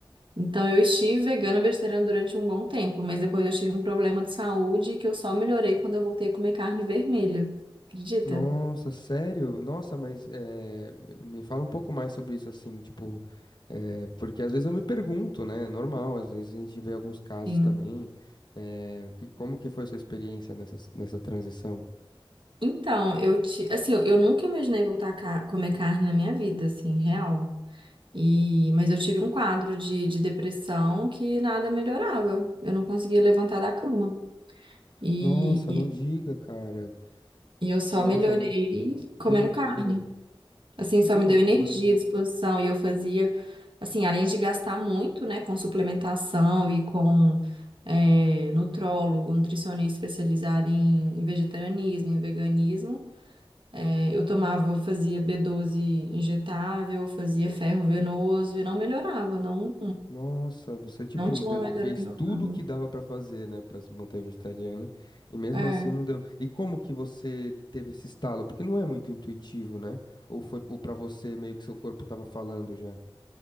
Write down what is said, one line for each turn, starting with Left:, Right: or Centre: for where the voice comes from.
Right: Então, eu estive vegana e vegetariana durante um bom tempo, mas depois eu tive um problema de saúde que eu só melhorei quando eu voltei a comer carne vermelha. Acredita?
Left: Nossa, sério? Nossa, mas é, me fala um pouco mais sobre isso, assim, tipo, é, porque às vezes eu me pergunto, né? Normal, às vezes a gente vê alguns casos
Right: Sim.
Left: também. é, que- como que foi sua experiência nessa, nessa transição?
Right: Então, eu ti- assim, eu eu nunca imaginei voltar a ca- comer carne na minha vida, assim, real. E, mas eu tive um quadro de, de depressão que nada melhorava. Eu não conseguia levantar da cama. E,
Left: Nossa,
Right: e,
Left: não diga, cara.
Right: e eu só
Left: Nossa,
Right: melhorei
Left: não,
Right: comendo
Left: que loucura,
Right: carne. Assim, só
Left: que
Right: me
Left: loucura.
Right: deu energia, disposição, e eu fazia, assim, além de gastar muito, né, com suplementação e com é, nutrólogo, nutricionista especializado em, em vegetarianismo, em veganismo, é, eu tomava, fazia B12 injetável, fazia ferro venoso e não melhorava, não,
Left: Nossa, você tipo
Right: não tinha
Left: deu-
Right: uma melhora
Left: fez
Right: no meu
Left: tudo
Right: corpo.
Left: o que dava pra fazer, né, Pra se manter vegetariana e mesmo
Right: É.
Left: assim não deu. E como que você teve esse estalo? Porque não é muito intuitivo, né? Ou foi ou para você meio que seu corpo tava falando já?